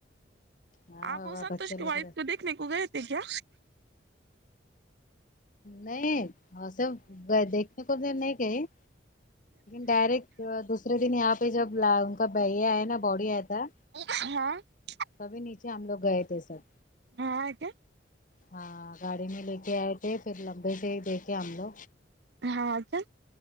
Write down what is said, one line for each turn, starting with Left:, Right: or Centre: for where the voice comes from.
Left: ہاں
Right: آپ
Left: بابا
Right: وہ سنتوش
Left: بچے
Right: کی
Left: لوگ
Right: وائف کو دیکھنے کو گئے تھے کیا
Left: نہیں سب دیکھنے کو نہیں کہیں ڈائریکٹ دوسرے دن یہاں پہ جب ان کا یہ آیا نا باڈی آیا تھا
Right: ہاں <unintelligible>
Left: سبھی نیچے ہم لوگ گئے تھے سر
Right: ہاں کیا
Left: ہاں گاڑی میں لے کے آئے تھے پھر لمبے سے ہی دیکھے ہم لوگ
Right: ہاں تو